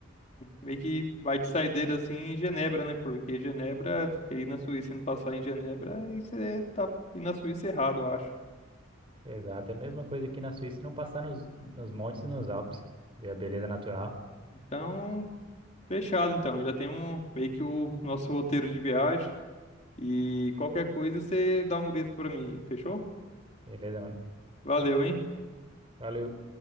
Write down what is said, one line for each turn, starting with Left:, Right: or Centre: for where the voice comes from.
Left: meio que vai de saideira assim em Genebra, né? Porque Genebra, você ir na Suíça e não passar em Genebra, aí você tá indo na Suíça errado, eu acho.
Right: Exato, é a mesma coisa aqui na Suíça e não passar nos, nos montes e nos Alpes. Ver a beleza natural.
Left: Então, fechado então. Já temos meio que o nosso roteiro de viagem. E qualquer coisa você dá um grito pra mim, fechou?
Right: Beleza, mano.
Left: Valeu, hein?
Right: Valeu.